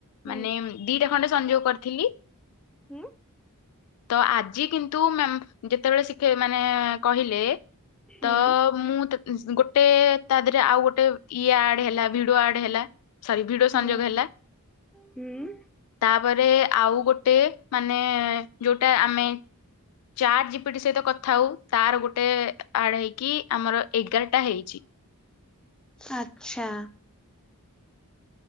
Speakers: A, in the centre; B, on the left.
A: ହୁଁ
B: ମାନେ ଦିଟା ଖଣ୍ଡେ ସଂଯୋଗ କରିଥିଲି
A: ହୁଁ
B: ତ ଆଜି କିନ୍ତୁ ତୁ ମାଂ ଯେତେବେଳେ ଶିଖ ମାନେ କହିଲେ
A: ହୁଁ।
B: ତ ମୁଁ ତ ଗୋଟେ ତା ଦେହରେ ଆଉ ଗୋଟେ ଇଏ ଆଡ ହେଲା ଭିଡିଓ ଆଡ ହେଲା। ସରି ଭିଡିଓ
A: ହୁଁ।
B: ସଂଯୋଗ ହେଲା
A: ହୁଁ
B: ତାପରେ ଆଉ ଗୋଟେ ମାନେ ଯୋଉଟା ଆମେ ଚାର ଜି ପି ଟି ସହିତ କଥା ହଉ ତାର ଗୋଟେ ଆଡ ହେଇକି ଆମର ଏଗାରଟା ହେଇଛି।
A: ଆଚ୍ଛା।